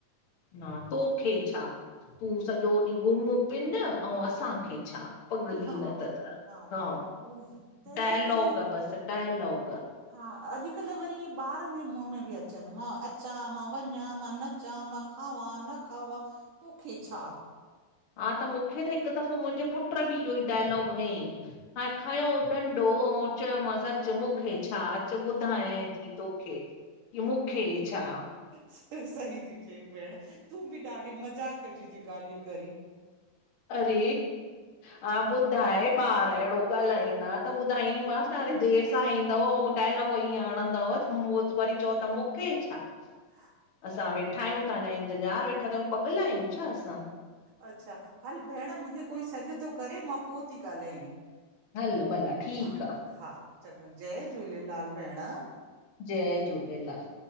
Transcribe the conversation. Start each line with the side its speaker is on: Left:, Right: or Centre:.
Left: न तोखे छा, तूं सॼो ॾींहुं घुम पिन अऊं असांखे छा। पगली
Right: हा
Left: न त त,
Right: उहो
Left: हा
Right: ई तंहिंजे
Left: टायलॉग,
Right: करे
Left: बस टायलॉग।
Right: हा, अॼुकल्ह वरी इहे ॿारनि जे मुंहं में बि अचनि, मां अचा, मां वञा, मां न चा मां खावा, न खावा तोखे छा।
Left: हा त मूंखे त हिकु दफ़ो मुंहिंजो पुट बि इहो ई डायलॉग हयईं हा
Right: अच्छा
Left: य खयों डंडो अऊं चयोमासि अ अचु मूंखे छा अचु ॿुधाय थी तोखे, की मूंखे छा?
Right: स सही थी चई भेण, तूं बि ॾाढी मज़ाक जी ती ॻाल्हियूं करीं।
Left: अरे हा ॿुधाए ॿार अहिड़ो ॻालाईंदा त ॿुधाईंदीमांसि ने अरे देरि स सां ईंदव अऊं डायलॉग ईअं हणंदव त मु, वरी चओ ता मूंखे छा।
Right: <inaudible>
Left: असां वेठा आहियूं ताहांजा इंतज़ारु वेठा कयूं पगला आहियूं छा असां?
Right: अच्छा, हल भेण मूंखे कोई सॾु तो करे मां पो ती ॻाल्हाई।
Left: हलो भला ठीकु
Right: हा
Left: आहे
Right: हा चङो जय झूलेलाल भेण।
Left: जय झूलेलाल।